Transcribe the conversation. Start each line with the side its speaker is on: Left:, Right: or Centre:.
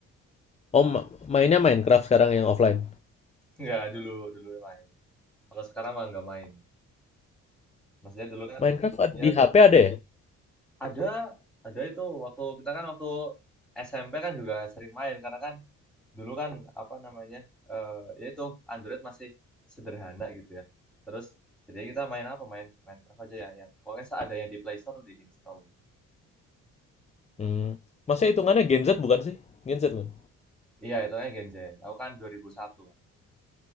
Left: Oh, ma- mainnya Minecraft sekarang yang offline.
Centre: Nggak, dulu dulu main. Kalau sekarang mah nggak main. Maksudnya dulu kan
Left: Minecraft ad- di
Centre: ya
Left: HP ada ya?
Centre: Ada, ada itu waktu kita kan waktu SMP kan juga sering main karena kan dulu kan apa namanya eh ya itu Android masih sederhana gitu ya. Terus jadi kita main apa? Main Minecraft aja ya yang pokoknya seadanya di Play Store diinstal gitu.
Left: Hmm. Masa hitungannya Gen Z bukan sih? Gen Z kan?
Centre: Iya, itu kan Gen Z. Aku kan 2001.